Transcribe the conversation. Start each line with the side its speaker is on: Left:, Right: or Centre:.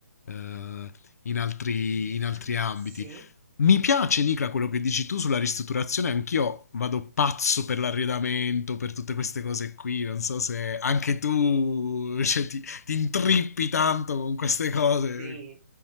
Left: eh, in, altri,
Right: Mhm,
Left: in altri ambiti.
Right: Sì.
Left: Mi piace, Nicla, quello che dici tu sulla ristrutturazione. Anch'io vado pazzo per l'arredamento, per tutte queste cose qui. Non so se anche tu, <laughs> cioè, ti, ti intrippi tanto con queste cose.
Right: Sì,